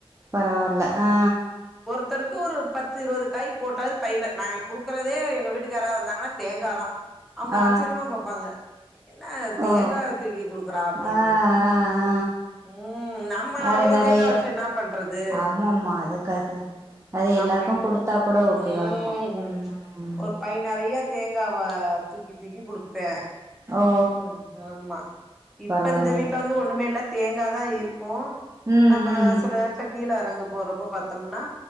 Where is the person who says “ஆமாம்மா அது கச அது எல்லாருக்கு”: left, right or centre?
Right